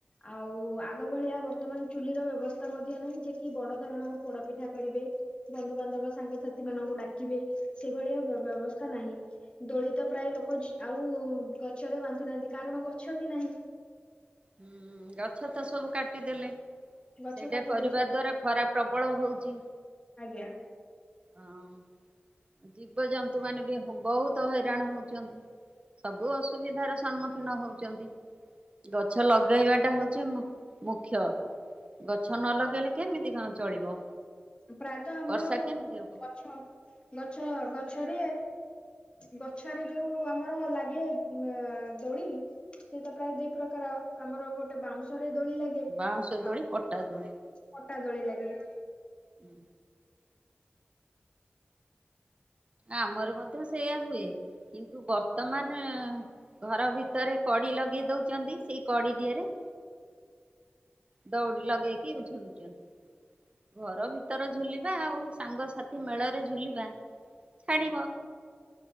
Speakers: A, on the left; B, on the right.
A: ଆଉ ଆଗ ଭଳିଆ ବର୍ତ୍ତମାନ ଚୁଲିର ବ୍ୟବସ୍ଥା ମଧ୍ୟ ନାହିଁ ଯେ କି ବଡ଼ ଧରଣର ପୋଡ଼ ପିଠା କରିବେ ବନ୍ଧୁ ବ ସାଙ୍ଗସାଥି ମାନଙ୍କୁ ଡାକିବେ ସେଭଳିଆ ବ୍ୟବସ୍ଥା ନାହିଁ ଦଳିତ ପ୍ରାୟ ଲୋକ ଆଉ ଗଛରେ ବାନ୍ଧୁନାହାନ୍ତି କାରଣ ଗଛ ବି ନାହିଁ।
B: ହୁଁ ଗଛ ତ ସବୁ କାଟିଦେଲେ
A: ଗଛ
B: ସେଇଟା
A: କାଟି
B: କରିବା
A: ଦେଇଛନ୍ତି
B: ଦ୍ଵାରା ଖରାପ ପ୍ରବଳ ହଉଛି।
A: ଆଜ୍ଞା।
B: ହଁ ଜୀବଜନ୍ତୁ ମାନେ ବି ବହୁତ ହଇରାଣ ହଉଛନ୍ତି। ସବୁ ଅସୁବିଧାର ସମ୍ମୁଖୀନ ହଉଛନ୍ତି। ଗଛ ଲଗେଇବା ଟା ହଉଛି ମୁଁ ମୁଖ୍ୟ। ଗଛ ନ ଲଗେଇଲେ କେମିତି କଣ ଚଳିବ?
A: ପ୍ରାୟତଃ ଆମର
B: ବର୍ଷା କେମିତି ହବ?
A: ଗଛ ଗଛ ଗଛରେ ଗଛରେ ଯୋଉ ଆମର ଲାଗେ ଅ ଦୋଳି ସେଏ ତ ପ୍ରାୟ ଦୁଇ ପ୍ରକାର ଆମର ଗୋଟେ ବାଉଁଶ ଦୋଳି ଲାଗେ
B: ବାଉଁଶ ଦୋଳି
A: ଆଉ
B: ପଟା ଦୋଳି।
A: ପଟା ଦୋଳି ଲାଗେ।
B: ହୁଁ। ଆମର ମଧ୍ୟ ସେଇୟା ହୁଏ କିନ୍ତୁ ବର୍ତ୍ତମାନ ଘର ଭିତରେ କର କଡି ଲଗେଇ ଦଉଛନ୍ତି ସେଇ କଡି ଦିଅରେ ଦଉଡି ଲଗେଇକି ଝୁଲୁଛନ୍ତି। ଘର ଭିତର ଝୁଲିବା ଆଉ ସାଙ୍ଗସାଥି ମେଳରେ ଝୁଲିବା ଛାଡ଼ିବ।